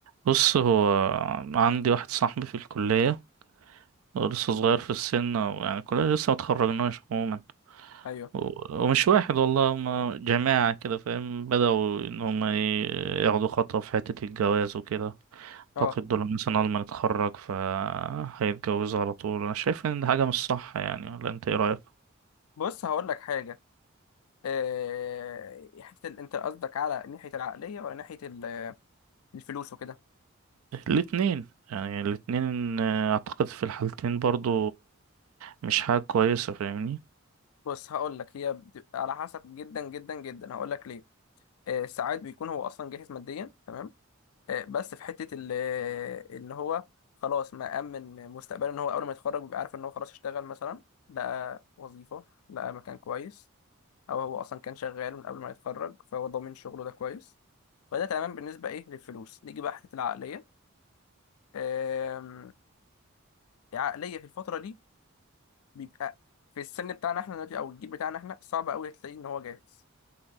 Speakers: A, on the right; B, on the left.
A: بص هو عندي واحد صاحبي في الكلية هو لسه صغير في السن أو يعني الكلية لسه متخرجناش عموما
B: ايوه
A: و- ومش واحد والله هما جماعة كده فاهم بدأوا إن هما ي- ياخدوا خطوة في حتة الجواز وكده أعتقد
B: اه
A: دول مثلا أول ما نتخرج فهيتجوزوا على طول أنا شايف إن دي حاجة مش صح يعني ولا أنت إيه رأيك؟
B: بص هقول لك حاجه أه... حته ال... انت قصدك على ناحيه العقليه ولا ناحيه ال... الفلوس وكده
A: الاتنين يعني الاتنين آه، أعتقد في الحالتين برضو مش حاجة كويسة فاهمني؟
B: بص هقول لك هي بتبقى على حسب جدا جدا جدا هقول لك ليه أه... ساعات بيكون هو اصلا جاهز ماديا تمام أه... بس في حته ال... آه، ان هو خلاص مأمن مستقبله ان هو اول ما يتخرج بيبقى عارف ان هو خلاص اشتغل مثلا لقى وظيفه لقى مكان كويس او هو اصلا كان شغال من قبل ما يتخرج فهو ضامن شغله ده كويس فده تمام بالنسبه ايه للفلوس نيجي بقى حته العقليه آم، عقلية في الفترة دي بيبقى في السن بتاعنا احنا دلوقتي او الجيل بتاعنا احنا صعب قوي تلاقيه ان هو جاهز